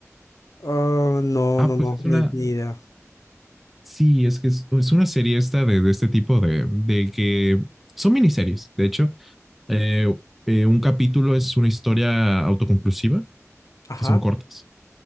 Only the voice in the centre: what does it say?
Ah,
pues
es
una,
sí, es que es, es una serie esta de, de este tipo de, de que son miniseries. De hecho, Eh, eh, un capítulo es una historia autoconclusiva,
que son cortas.